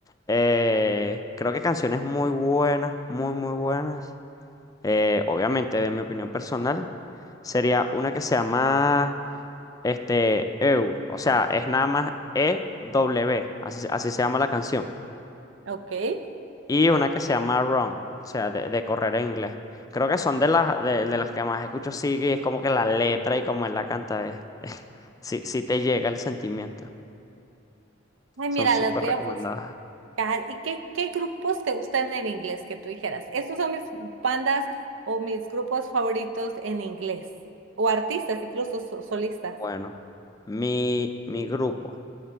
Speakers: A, on the left (about 20°); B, on the right (about 75°).
A: eh, creo que canciones muy buenas, muy, muy buenas. eh, obviamente, de mi opinión personal, sería una que se llama Este, EU, o sea, es nada más e w así, así se llama la canción.
B: Ok.
A: Y una que se llama Run, o sea, de, de correr en inglés. Creo que son de las, de, de las que más escucho, sí, y es como que la letra y como él la canta, es, <laughs> sí, sí te llega el sentimiento.
B: Ay,
A: Son
B: mira,
A: súper
B: las voy
A: recomendadas.
B: a buscar. Car- ¿Y qué, qué grupos te gustan en inglés que tú dijeras? Estos son mis bandas o mis grupos favoritos en inglés. O artistas, incluso so- solistas.
A: Bueno, mi, mi grupo